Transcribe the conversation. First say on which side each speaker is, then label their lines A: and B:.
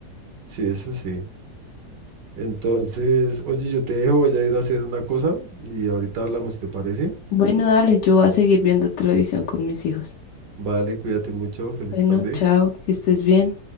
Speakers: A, on the right; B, on the left.
A: sí, eso sí. Entonces, oye, yo te dejo, voy a ir a hacer una cosa y ahorita hablamos, ¿te parece?
B: Bueno, dale, yo voy a seguir viendo televisión con mis hijos.
A: Vale, cuídate mucho, feliz
B: Bueno,
A: tarde.
B: chao, que estés bien.